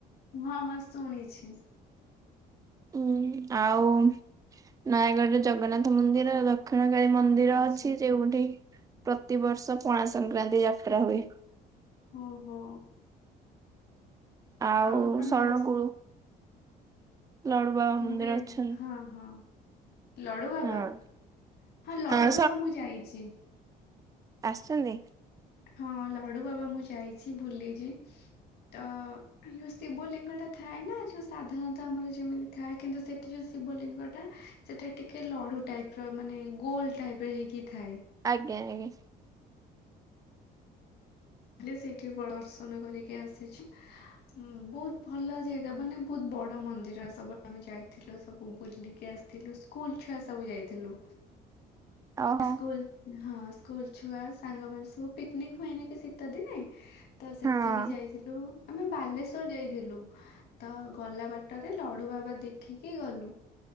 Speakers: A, on the left; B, on the right.
A: ହଁ ହଁ ଶୁଣିଛି।
B: ଉ ଆଉ ନୟାଗଡରେ ଜଗନ୍ନାଥ ମନ୍ଦିର ଲ ଦକ୍ଷିଣକାଳୀ ମନ୍ଦିର
A: ଆଚ୍ଛା
B: ଅଛି ଯୋଉଠି ପ୍ରତିବର୍ଷ ପଣା ସଂକ୍ରାନ୍ତି ଯାତ୍ରା ହୁଏ।
A: ଓହୋ!
B: ଆଉ
A: ଆପଣ
B: ଶରଣକୁଳୁ।
A: ଯା
B: ଲଡୁ ବାବା ମନ୍ଦିର
A: ମୁଁ କେବ୍
B: ଅଛନ୍ତି।
A: ହଁ, ହଁ। ଲଡୁବାବା
B: ହଁ
A: ହଁ, ଲଡୁବାବା
B: ହଁ
A: ମୁଁ ଯାଇଛି।
B: ଆସଚନ୍ତି।
A: ହଁ ଲଡୁ ବାବା ମୁଁ ଯାଇଛି ବୁଲିଛି ତ ଯୋଉ ଶିବ ଲିଙ୍ଗ ଟା ଥାଏ ନା ଯୋଉ ସାଧାରଣତଃ ଆମର ଯେମିତି ଥାଏ କିନ୍ତୁ ସେଠି ଯୋଉ ଶିବ ଲିଙ୍ଗ ଟା ସେଇଟା ଟିକେ ଲଡ଼ୁ ଟାଇପ୍ ର ମାନେ ଗୋଲା ଟାଇପ୍ ର ହେଇକି ଥାଏ।
B: ଆଜ୍ଞା ଆଜ୍ଞା।
A: ହେଲେ ସେଠି ବଡ଼ ଦର୍ଶନ କରିକି ଆସିଛି। ବୋହୁତ୍ ଭଲ ଜାଗା ମାନେ ବହୁତ ବଡ ମନ୍ଦିର ସବୁ ଆମେ ଯାଇଥିଲୁ ସବୁ ବୁଲିକି ଆସ୍ ଥିଲୁ ସ୍କୁଲ୍ ଛୁଆ ସବୁ ଯାଇଥିଲୁ।
B: ଅହୋ!
A: ସ୍କୁଲ୍ ହଁ ସ୍କୁଲ୍ ଛୁଆ ସାଙ୍ଗ ମାନେ ସବୁ ପିକ୍ନିକ୍ ହୁଏନି କି ଶୀତ ଦିନେ। ତ ସେଠିକି
B: ହଁ
A: ଯାଇଥିଲୁ ଆମେ ବାଲେଶ୍ଵର୍ ଯାଇଥିଲୁ। ତ ଗଲା ବାଟରେ ଲଡୁ ବାବା ଦେଖିକି ଗଲୁ।